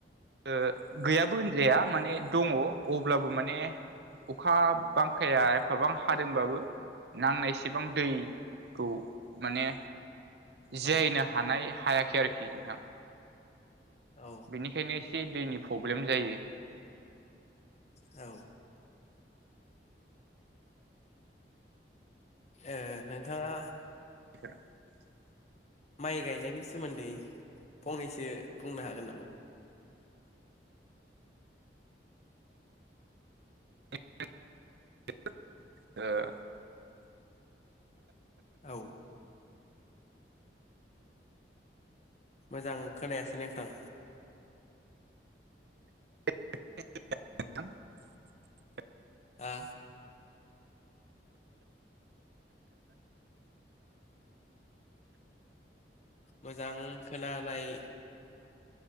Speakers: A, on the right; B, on the left.
A: ओ गैयाबो होनजाया माने दंङ अब्लाबो माने अखा बांखाया एफाबां हादोंबाबो नांनायसेबां दै खौ माने जियायनो
B: औ
A: हानाय हायाखै आरोखि नोंथां
B: औ
A: बेनिखायनो एसे दैनि प्रब्लेम जायो
B: औ ए नोंथांङा
A: <unintelligible>
B: माइ गायनायनि सोमोन्दै फंनैसो बुंनो हागोन नामा
A: ओ
B: औ मोजां खोनायासै नोंथां
A: <unintelligible>
B: आ मोजां खोनानाय